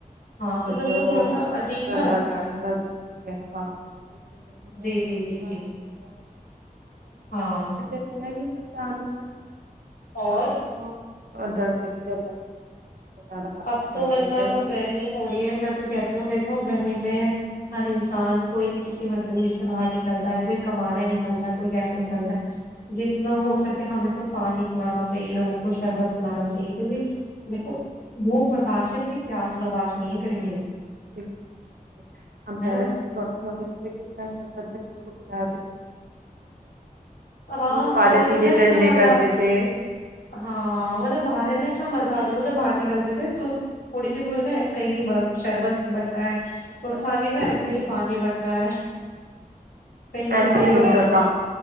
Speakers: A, on the left (about 75°); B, on the right (about 85°).
A: ہاں
B: اور
A: تو بس
B: جو
A: وہ تھوڑا سا عجیب
B: شربت
A: سا لگتا ہے وہ
B: شربت وغیرہ بانٹو جس سے گرمی کم
A: جی
B: پڑے
A: جی جی
B: بارش
A: جی
B: ہو جائے
A: ہاں
B: تھے نا یہ سب بگوان
A: اور
B: ادے کو آڈر کرتے اللہ سگ ال سارا بارش
A: اب
B: کر
A: تو مطلب
B: دے جب ہم
A: گرمی ہو رہی ہے میں تو کہتی ہوں دیکھو گ ہر انسان کوئی کسی مجبوری سے باہر نکلتا ہے کوئی کمانے نکلتا ہے کوئی کیسے نکلتا ہے جتنا ہو سکے ہمیں تو پانی پلانا چاہیے لوگوں کو شربت پلانا چاہیے کیکہ دیک بھوک برداشت ہے لیکن سیاس بردشت نہیں ہے کریں گی میں
B: بالکل بالکل ہم
A: ہے
B: پہلے
A: نا
B: جب چھوٹے چھوٹے کتنا شب ب چک کلا
A: ہاں
B: وہ کالے
A: برے مطلب
B: پیلے
A: انا
B: ڈنڈے
A: مزہ
B: کرتے تھے
A: ہاں مطلب برے میں اتنا مزہ آتا جب باہر نکلتے تھے تو تھوڑی سی دور گئے کہیں برف شربت بٹ رہا ہے تھوڑا سا آگے کا ہے
B: ہوں
A: کہیں پانی بٹ رہا ہے کہیں
B: ایسے
A: فروٹ ٹیکٹبے
B: ہی ہوتا تھا